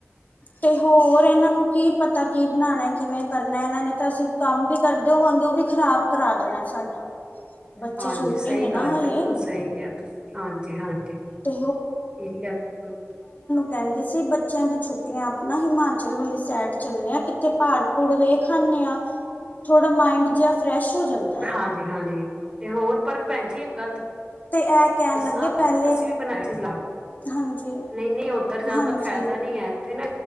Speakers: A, on the left; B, on the right.
A: ਤੇ ਹੋਰ ਇਹਨਾਂ ਨੂੰ ਕੀ ਪਤਾ ਕੀ ਬਣਾਣਾ ਕਿਵੇਂ ਕਰਨਾ ਇਹਨਾਂ ਨੇ ਤਾਂ ਅਸੀਂ ਕੰਮ ਵੀ ਕਰਦੇ ਹੋਵਾਂਗੇ ਉਹ ਵੀ ਖ਼ਰਾਬ ਕਰਾ ਦੇਣਾ ਸਾਡਾ ਬੱਚੇ
B: ਹਾਂਜੀ
A: ਛੋਟੇ
B: ਸਹੀ
A: ਨੇ ਨਾ
B: ਗੱਲ
A: ਹਲੇ
B: ਬਿਲਕੁਲ ਸਹੀ ਕਿਹਾ ਤੁਸੀਂ ਹਾਂਜੀ-ਹਾਂਜੀ
A: ਤੇ
B: ਠੀਕ ਹੈ ਬਿਲਕੁਲ,
A: ਕਹਿੰਦੇ ਸੀ ਬੱਚ ਦੀ ਛੁੱਟੀਆਂ ਆਪਣਾ ਹਿਮਾਚਲ ਵਾਲੀ ਸਾਈਡ ਚੱਲੇ ਆ ਕਿੱਥੇ ਪਹਾੜ ਪੂਹਾੜ ਵੇਖ ਆਨੇ ਆ ਥੋੜਾ ਮਾਇੰਡ ਜਿਹਾ ਫਰੈਸ਼ ਹੋ ਜਾਂਦਾ
B: ਹਾਂਜੀ ਹਾਂਜੀ, ਤੇ ਹੋਰ ਪਰ ਭੈਣ ਜੀ ਇੱਕ ਗੱਲ
A: ਤੇ ਇਹ ਕਹਿਣ
B: ਦੱਸਾਂ
A: ਲੱਗੇ ਪਹਿਲੇ
B: ਅਸੀਂ ਵੀ ਬਣਾਏ ਸੀ, ਸਲਾ
A: ਹਾਂਜੀ
B: ਨਹੀਂ-ਨਹੀਂ ਉੱਧਰ ਜਾਣ
A: ਹਾਂਜੀ
B: ਦਾ ਫਾਇਦਾ ਨਹੀਂ ਹੈ ਉੱਥੇ ਨਾ